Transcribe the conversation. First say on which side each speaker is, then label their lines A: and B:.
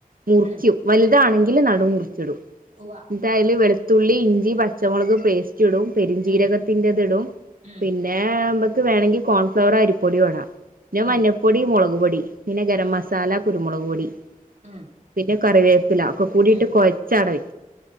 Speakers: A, on the right; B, on the right.
A: മുറിക്കും
B: ഉം
A: വലുതാണെങ്കിൽ നടു മുറിച്ചിടും
B: ഉവ്വ
A: ഇൻറ്റയ്ല് വെളുത്തുള്ളി ഇഞ്ചി പച്ചമുളക് പേസ്റ്റ് റ്റിടും പെരഞ്ചീരകത്തിന്റെത്
B: ഉം
A: ഇടും
B: ഉം
A: പിന്നെ മ്പ ക്ക് വേണെങ്കിൽ കോൺഫ്ലവറോ അരിപ്പൊടിയോ ഇടാം പിന്നെ
B: ഉം
A: മഞ്ഞപ്പൊടി മുളക് പൊടി പിന്നെ ഗരം
B: ഉം
A: മസാല കുരുമുളക് പൊടി
B: ഉം
A: പിന്നെ കറിവേപ്പില ഒക്കെ കൂടിട്ട്
B: ഉം
A: കുഴച്ചവിടെ